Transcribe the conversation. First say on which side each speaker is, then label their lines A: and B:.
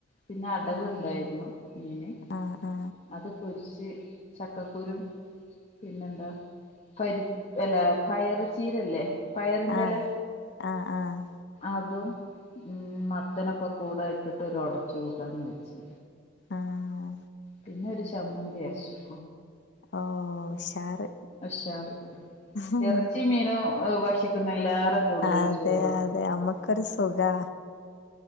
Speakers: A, on the left; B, on the left.
A: പിന്നെ അടവ്ണ്ടായിരുന്നു
B: ആഹ്
A: മീന്
B: ആഹ്
A: അത് പൊരി ച്ച് ചക്കക്കുരും പിന്നെന്താ പരി അല്ലാ പയറ് ചീരല്ലേ പയറിന്റെ
B: ആഹ്
A: എല
B: ആഹ് ആഹ്
A: അതും ഉം മത്തനൊക്കെ കൂടെ ഇട്ടിട്ട് ഒര് ഒടച്ച് കൂട്ടാനും വെച്ച്
B: ആഹ്
A: പിന്നെ ഒരു ചമ്മന്തി അരച്ചു
B: ഓ ഉഷാറ്
A: അശ്ശാറ്
B: ഉം.
A: ഇറച്ചി മീനും ഭക്ഷിക്കുന്നേ ല്ലാ റെ കൂടുതൽ
B: അതെ
A: ചോറ്ന്നു
B: അതെ അമ്മക്കൊരു സുഖാ